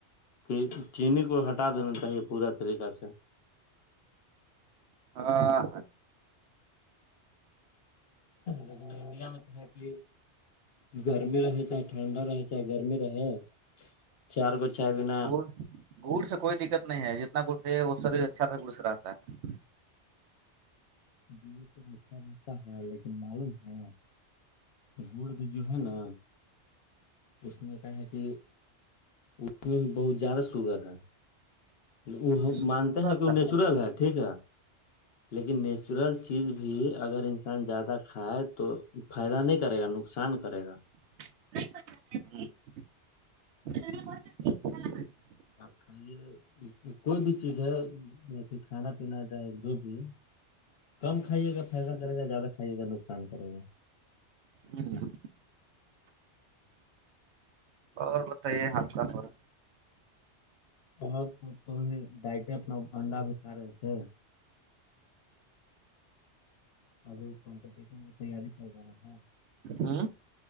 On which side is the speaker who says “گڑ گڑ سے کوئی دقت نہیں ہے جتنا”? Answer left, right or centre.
Right